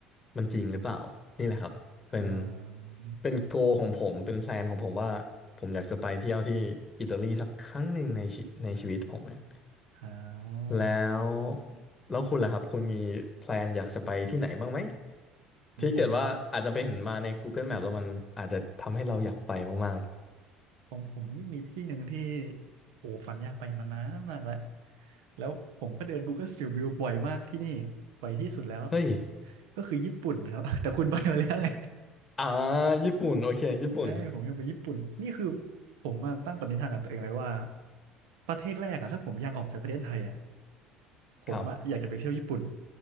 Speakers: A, on the left (about 25°); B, on the right (about 80°).
A: มันจริงหรือเปล่า นี่แหละครับ เป็น
B: อ่า
A: เป็นโกของผม เป็นแพลนของผมว่า ผมอยากจะไปเที่ยวที่ อิตาลีสักครั้งหนึ่งในชีในชีวิตผมเนี่ย
B: อ่า
A: แล้ว แล้วคุณล่ะครับ คุณมีแพลนอยากจะไปที่ไหนบ้างไหม
B: ของผม
A: ที่เกิดว่าอาจจะไปเห็นมาใน Google Map แล้วมันอาจจะทำให้เราอยากไปมาก
B: ของผมนี่มีที่หนึ่งที่โอ้ฝันอยากไปมานานมากแล้วแล้วผมก็เดิน Google Street View บ่อยมากที่นี่บ่อยที่สุดแล้ว
A: ๆเฮ้ย
B: ก็คือญี่ปุ่นนะครับ <laughs> แต่คุณไปมาแล้วไง
A: อ่าญี่ปุ่นโอเคญี่ปุ่น
B: <laughs> ใช่ผมอยังไปญี่ปุ่นนี่คือผมมาตั้งปณิธานกับตัวเองไว้ว่าประเทศแรกอะถ้าผมอยากออกจากประเทศไทยอะผมอะอยากจะไปเที่ยวญี่ปุ่น
A: ครับ